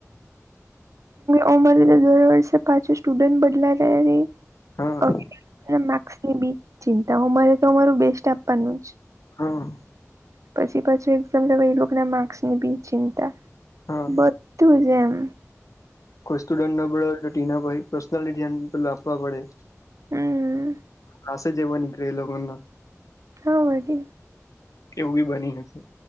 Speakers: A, on the right; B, on the left.
A: અ મારે તો દર વર્ષે પાંચ સ્ટુડન્ટ બદલા રહે રહી
B: હા
A: માર્ક્સ ની બી ચિંતામારે તો અમારું બેસ્ટ આપવાનું જ
B: હા.
A: પછી પાછું એક્ઝામ લવા એ ના માર્ક્સની બી ચિંતા
B: હા
A: બદ ટુ જેમ
B: કોઈ સ્ટુડન્ટ નબળો હોય તો ટી પર્સનલી ધ્યાન પેલ આપવા પડે
A: હમ્મ
B: હસે જેવા એ લોકોગનાત
A: હા વળી
B: કે એવું બી બની હકે